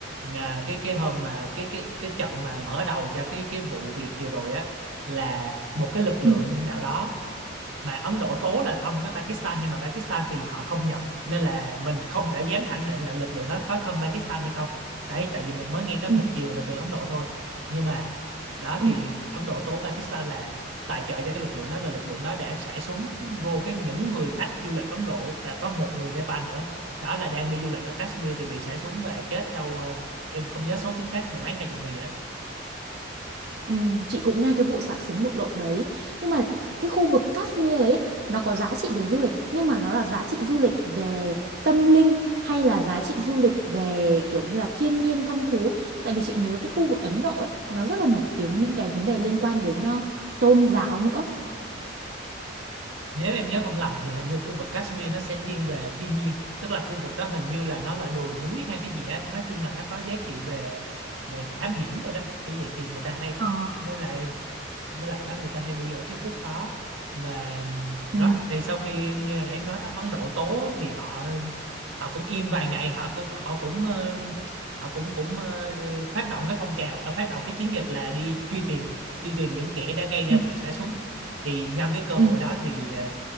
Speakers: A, on the right; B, on the right.
A: à, cái cái hôm mà cái cái cái trận mà mở đầu cho cái cái vụ việc vừa rồi á là một cái lực lượng
B: ừ
A: nào đó mà Ấn Độ tố là thân với Pakistan nhưng mà Pakistan thì họ không nhận nên là mình không thể dám khẳng định là lực lượng đó có thân Pakistan hay không đấy tại vì mình mới nghe cái
B: ừ
A: một chiều là từ Ấn Độ thôi nhưng mà đó
B: ừ
A: thì Ấn Độ tố Pakistan là tài trợ cho cái lực lượng đó và lực lượng đó đã xả súng vô cái những người khách du lịch Ấn Độ và có một người Nepal nữa đó là đang đi du lịch ở Kashmir thì bị xả súng và chết đâu ờ, em không nhớ số chính xác mười mấy hai chục người gì đó
B: ừ. Chị cũng nghe cái vụ xả súng đụng độ đấy nhưng mà cái khu vực Kashmir đấy nó có giá trị về du lịch nhưng mà nó là giá trị du lịch về tâm linh hay là giá trị du lịch về kiểu như là thiên nhiên thăm thú tại vì chị nhớ cái khu vực Ấn Độ ấy nó rất là nổi tiếng những cái vấn đề liên quan đến ờ, tôn giáo nữa
A: nếu em nhớ không lầm thì hình như khu vực Kashmir nó sẽ thiên về thiên nhiên tức là khu vực đó hình như là nó là đồi núi hay cái gì á nói chung là nó có giá trị về về thám hiểm rồi đó kiểu vậy thì người ta hay
B: Ồ.
A: với lại với lại đó người ta hay đi ở cái khúc đó và
B: ừ
A: đó thì sau khi như nãy em nói đó Ấn Độ tố thì họ họ cũng im vài ngày họ cũng họ cũng ờ, họ cũng cũng ờ, phát động cái phong trào ờ, phát động cái chiến dịch là đi truy tìm truy tìm những kẻ đã gây ra
B: ừ
A: vụ xả súng thì nhân cái cơ hội
B: ừ
A: đó thì ờ,